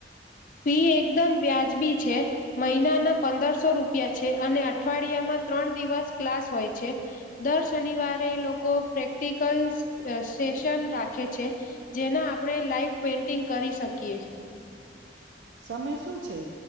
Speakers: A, on the left; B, on the right.
A: ફી એકદમ વ્યાજબી છે મહિનાના પંદરસો રૂપિયા છે અને અઠવાડિયામાં ત્રણ દિવસ ક્લાસ હોય છે દર શનિવારે લોકો પ્રેક્ટિકલ સેશન રાખે છે જેના આપણે લાઈવ પેન્ટિંગ કરી શકીએ.
B: સમય શું છે